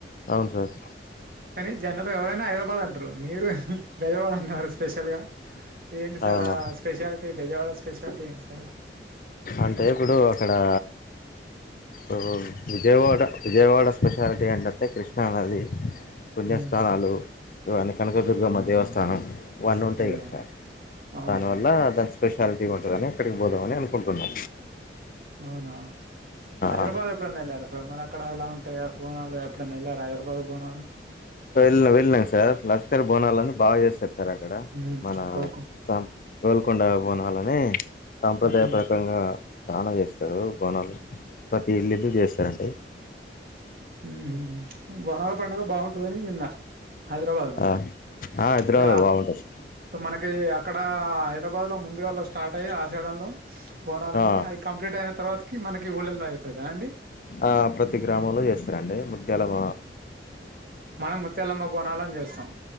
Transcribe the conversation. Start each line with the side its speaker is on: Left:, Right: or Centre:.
Left: అవున్ సార్
Right: కానీ జనరల్గా ఎవరైనా హైదరాబాద్ అంటరు మీరు బెజవాడ అన్నారు స్పెషల్ గా ఏంటి సార్
Left: అవును
Right: ఆ స్పెషల్టీ బెజవాడ స్పెషల్టీ ఏంటి సార్
Left: అంటే ఇప్పుడు అక్కడా ఊ విజయవాడ విజయవాడ స్పెషాలిటీ ఏంటంటే కృష్ణా నది పుణ్యస్థానాలు
Right: ఉమ్,
Left: ఇవన్ని కనకదుర్గమ్మ దేవస్థానం అవన్నీ ఉంటయి
Right: అదే
Left: కదా సార్
Right: అవునవును
Left: దానివల్ల దాని స్పెషాలిటీ ఉంటుందని అక్కడికి పోదమని అనుకుంటున్నా
Right: అవునా హైదరబాద్
Left: ఆ.
Right: ఎప్పుడన్నా వెళ్లారా సర్ మరి అక్కడ ఎలా ఉంటాయో బోనాలు ఎప్పుడన్న ఎళ్లార హైదరాబాద్ బోనాలు
Left: వెళ్ళ వెళ్ళాను సార్ లష్కర్ బోనాలని బాగా చేస్తారు సార్ అక్కడ
Right: ఉమ్,
Left: మనా
Right: కోరుకో
Left: సం గోల్కొండ బోనాలని సాంప్రదాయ
Right: ఉమ్,
Left: ప్రకంగా చానా చేస్తరు బోనాలు ప్రతీ ఇల్లిల్లు చేస్తరండి
Right: ఉమ్ హు బోణాల పండగ బాగుంటుదని విన్నా హైదరాబాద్ లా
Left: ఆ, ఆ, హైదరాబాద్
Right: ఇప్పుడా
Left: బాగుంటుంది
Right: సో మనకి అక్కడ హైదరాబాద్ లో ముందుగాల స్టార్ట్ అయ్యి ఆషాఢంలో బోనాలన్నీ
Left: ఆ,
Right: అవి కంప్లీట్ అయిన తర్వాతకి మనకి ఊళ్ళల్లో అయితదా అండి
Left: ఆ ప్రతి గ్రామంలో చేస్తరండి ముత్యాలమ
Right: మనం ముత్యాలమ్మ బోనాలను చేస్తం